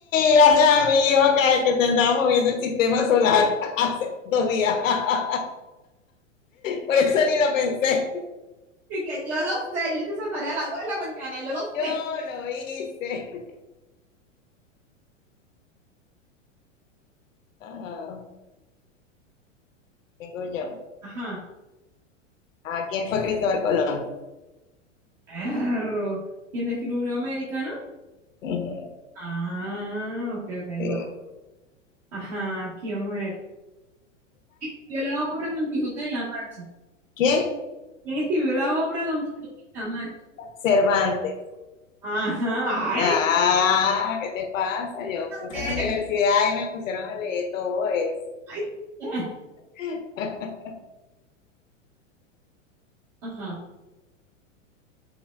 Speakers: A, on the left; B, on the right.
A: gracias a mi hijo que, que te andábamos viendo el sistema solar <laughs> hace dos días. <laughs> Por eso ni lo pensé.
B: Y que yo lo sé, yo hice esa tarea a las 2 de la mañana, yo lo
A: Yo
B: sé.
A: lo hice. Ajá, tengo yo.
B: Ajá,
A: Ah, ¿quién fue Cristóbal Colón?
B: perro. ¿Quién descubrió América, no?
A: Ujú,
B: Ah, ok, ok, ahí
A: sí.
B: voy. Ajá, aquí vamos a ver. ¿Quién escribió la obra Don Quijote de la Mancha?
A: ¿Quién?
B: ¿Quién escribió la obra Don Quijote de la Mancha?
A: Cervantes.
B: Ajá, ay,
A: Ah, ¿qué te pasa? Yo fui para
B: ¿qué
A: la universidad
B: es esto?
A: y me pusieron a leer todo eso.
B: Ay, <laughs>
A: <laughs>
B: Ajá,